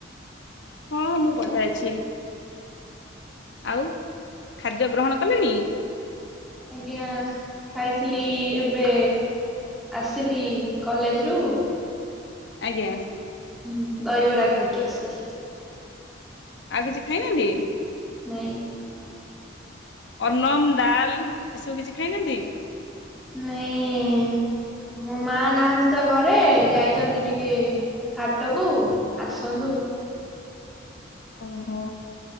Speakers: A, on the left; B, in the centre.
A: ହଁ ମୁଁ ବଢ଼ିଆ ଅଛି। ଆଉ ଖାଦ୍ୟ ଗ୍ରହଣ କଲେଣି?
B: ଆଜ୍ଞା ଖାଇଥିଲି ଏବେ ଆସିଲି କଲେଜରୁ
A: ଆଜ୍ଞା।
B: ହୁଁ ଦହିବରା ଖାଇକି ଆସିଲି।
A: ଆଉ କିଛି ଖାଇନାହାନ୍ତିକି?
B: ନାଇଁ।
A: ଅନ୍ନନମ ଡାଲ୍ ଏସବୁ କିଛି ଖାଇନାହାନ୍ତି।
B: ନାଇଁ। ମୋ ମା ନାହାନ୍ତି ତ ଘରେ ଯାଇଛନ୍ତି ଟିକେ ହାଟକୁ ଆସନ୍ତୁ।
A: ଓହୋ